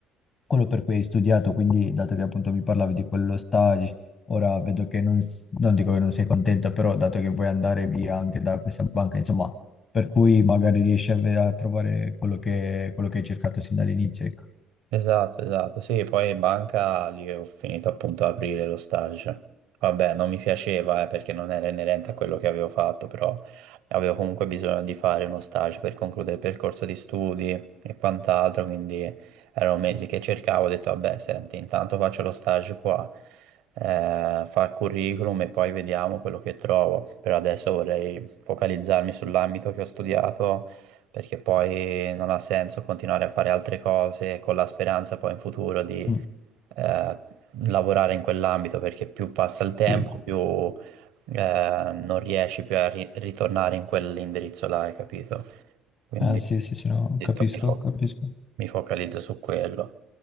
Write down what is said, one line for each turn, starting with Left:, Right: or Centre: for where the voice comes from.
Left: quello per cui hai studiato, quindi dato che appunto mi parlavi di quello stage, ora vedo che non, s- non dico che non sei contento, però dato che vuoi andare via anche da questa banca, insomma, per cui magari riesci a, ve- a trovare quello che, quello che hai cercato sin dall'inizio, ecco.
Right: Esatto, esatto. Sì, poi in banca lì ho finito appunto ad aprire lo stage. Vabbè, non mi piaceva, eh, perché non era inerente a quello che avevo fatto, però avevo comunque bisogno di fare uno stage per concludere il percorso di studi e quant'altro, quindi erano mesi che cercavo, ho detto, vabbè, senti, intanto faccio lo stage qua, eh, fa il curriculum e poi vediamo quello che trovo. Per adesso vorrei focalizzarmi sull'ambito che ho studiato perché poi non ha senso continuare a fare altre cose con la speranza poi in futuro di
Left: Mm,
Right: eh, lavorare in quell'ambito, perché più passa il tempo,
Left: sì.
Right: più eh, non riesci più a ri- ritornare in quell'indirizzo là, hai capito? Quindi
Left: Eh, sì,
Right: ho
Left: sì, sì, no,
Right: detto,
Left: capisco,
Right: mi fo-
Left: capisco.
Right: mi focalizzo su quello.